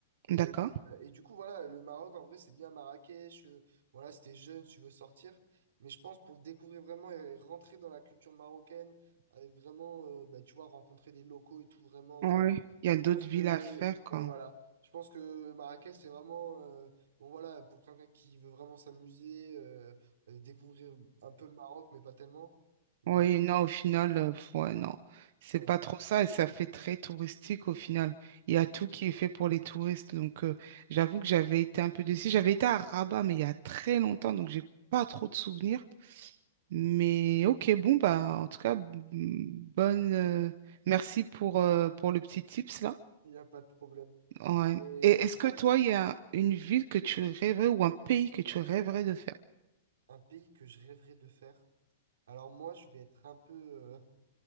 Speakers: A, on the right (about 80°); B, on the right (about 45°).
A: Et,
B: d'accord.
A: euh, et du coup, voilà, le Maroc, en vrai, c'est bien Marrakech. euh, voilà, si t'es jeune, si tu veux sortir. Mais je pense pour découvrir vraiment et rentrer dans la culture marocaine, avec vraiment, euh, bah, tu vois, rencontrer des locaux et tout, vraiment.
B: Ouais,
A: euh,
B: il y a
A: je
B: d'autres
A: pense
B: villes
A: que,
B: à faire quand.
A: ouais, voilà. Je pense que Marrakech, c'est vraiment, euh, bon, voilà, pour quelqu'un qui veut vraiment s'amuser, euh, euh, découvrir un peu le Maroc, mais pas tellement. Mais
B: Oui, non, au final, euh, pff, ouais, non. C'est
A: ouais,
B: pas trop ça et ça fait très touristique au final. Il y a tout qui est fait pour les touristes. Donc, euh, j'avoue que j'avais été un peu déçue. J'avais été à Rabat, mais il y a très longtemps, donc j'ai pas trop de souvenirs. Mais ok, bon, bah, en tout cas, m- bonne. euh, merci pour, euh, pour le petit tips là.
A: il n'y a pas de problème.
B: Ouais.
A: Et
B: Et est-ce que
A: ouais,
B: toi, il y a une ville que tu rêverais ou un pays que tu rêverais de faire?
A: un pays que je rêverais de faire. Alors moi, je vais être un peu... euh,